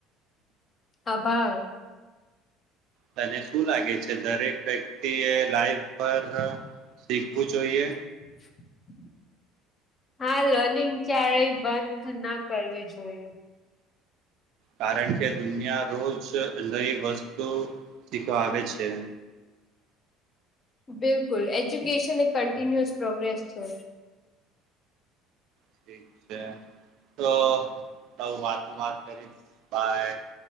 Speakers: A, on the left; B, on the right.
A: આભાર.
B: તને શું લાગે છે દરેક વ્યક્તિએ લાઈફ પર શીખવું જોઈએ?
A: <inaudible> હા, લર્નિંગ ક્યારેય બંધ ના કરવી જોઈએ.
B: કારણ કે દુનિયા રોજ નઈ વસ્તુ શીખાવે છે.
A: બિલકુલ, એજ્યુકેશન એક કન્ટિન્યુઅસ પ્રોગ્રેસ છે.
B: ઠીક છે તો તું વાતમાં વાત કરીશ બાય.